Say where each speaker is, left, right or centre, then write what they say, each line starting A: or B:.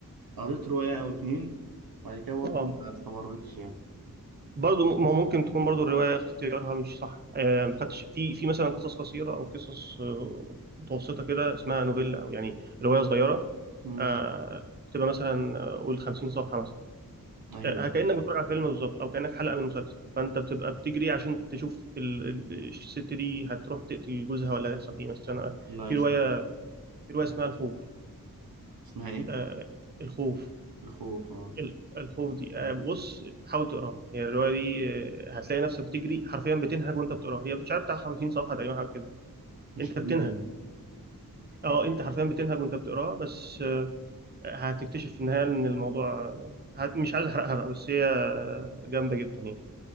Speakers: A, on the right; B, on the right.
A: قريت روايه او اتنين وبعد كده برضه
B: اه
A: ما استمرتش يعني
B: برضه م- ما هو ممكن تكون برضه الروايه اختيارها مش صح آه ما خدتش في في مثلا قصص قصيره او قصص آه، متوسطه كده اسمها نوفيلا او يعني روايه صغيره
A: مم.
B: آه بتبقى مثلا آه، قول 50 صفحه مثلا
A: ايوه
B: آه، كأنك بتتفرج على فيلم بالظبط او كأنك حلقة من مسلسل فانت بتبقى بتجري عشان تشوف ال- ال- الست دي هتروح تقتل جوزها ولا هيحصل ايه مثلا آه،
A: لا
B: في
A: يا اسطى.
B: رواية في رواية اسمها الخوف
A: اسمها ايه
B: آه، الخوف
A: الخوف اه
B: ال- الخوف دي آه، بص حاول تقراها يعني الرواية دي آه، هتلاقي نفسك بتجري حرفيا بتنهج وانت بتقراها هي مش عارف بتاع 50 صفحة تقريبا حاجة كده
A: مش
B: انت
A: كبيره
B: بتنهج اه انت حرفيا بتنهج وانت بتقراها بس آه، هتكتشف في النهاية ان الموضوع آه، هت- مش عايز احرقها بقى بس هي آه، جامدة جدا يعني